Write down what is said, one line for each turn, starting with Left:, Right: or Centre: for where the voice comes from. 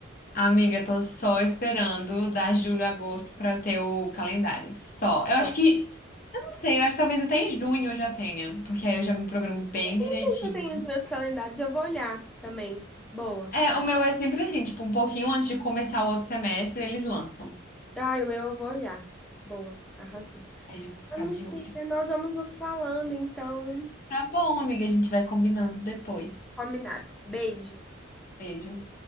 Left: Amiga, eu tô só esperando dar julho agosto pra eu ter o calendário. Só. Eu
Centre: Tá.
Left: acho que. Eu não sei, eu acho que talvez até em junho eu já tenha, porque aí eu já me programo bem
Centre: Eu
Left: direitinho.
Centre: não sei se eu tenho os meus calendários, eu vou olhar também. Boa.
Left: É, o meu é sempre assim, tipo, um pouquinho antes de começar o outro semestre, eles lançam.
Centre: Ai, o meu eu vou olhar. Boa, arrasou.
Left: Aí eu já vou ficar
Centre: Amiga,
Left: de olho.
Centre: nós vamos nos falando, então.
Left: Tá bom, amiga, a gente vai combinando depois.
Centre: Combinado. Beijos.
Left: Beijo.